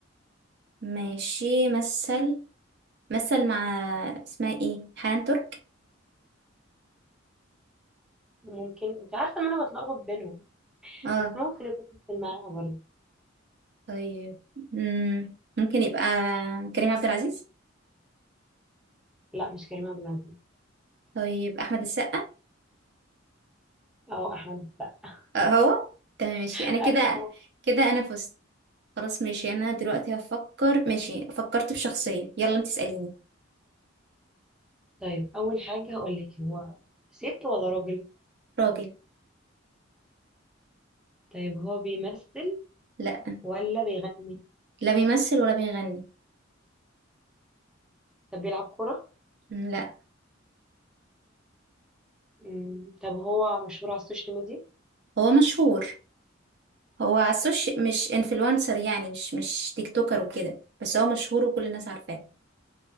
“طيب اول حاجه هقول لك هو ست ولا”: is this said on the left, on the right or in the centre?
Centre